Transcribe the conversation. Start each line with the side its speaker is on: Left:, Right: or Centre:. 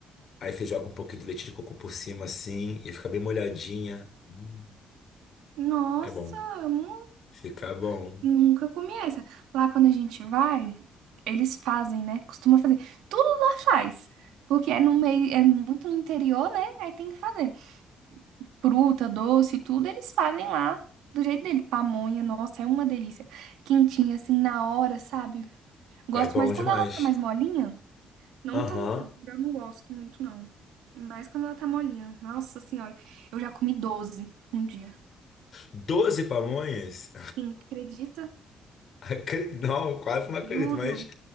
Left: Aí você joga um pouquinho de leite de coco por cima assim, e fica bem molhadinha. Hum,
Right: Nossa,
Left: é bom.
Right: eu nu-
Left: Fica bom.
Right: nunca comi essa. Lá quando a gente vai, eles fazem, né? Costuma fazer. Tudo lá faz. Porque é no meio, é muito no interior, né? Aí tem que fazer. fruta, doce, tudo, eles fazem lá do jeito dele. Pamonha, nossa, é uma delícia. Quentinha, assim, na hora, sabe? Gosto
Left: É bom
Right: mais quando
Left: demais.
Right: ela tá mais molinha. Não
Left: Aham.
Right: tão dura, eu não gosto muito, não. Mas quando ela tá molinha. Nossa senhora, eu já comi doze um dia.
Left: doze pamonhas?
Right: Sim, acredita?
Left: <laughs> Acre- Não, quase não acredito,
Right: Juro.
Left: mas